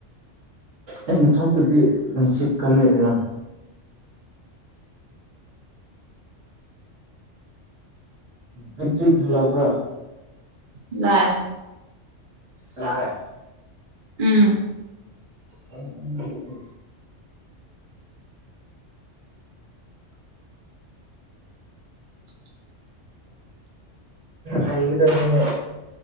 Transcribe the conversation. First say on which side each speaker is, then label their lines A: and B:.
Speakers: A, on the right; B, on the right.
A: ꯑꯩꯅꯊꯛꯇꯗꯤ ꯅꯨꯡꯁꯤꯀꯅꯤꯗꯅ ꯄꯤꯇꯕ꯭ꯔ
B: ꯂ
A: ꯑ
B: ꯎꯝ
A: ꯎꯝ ꯎꯝ
B: <inaudible>
A: ꯍꯥꯏꯈꯤꯗꯅꯦ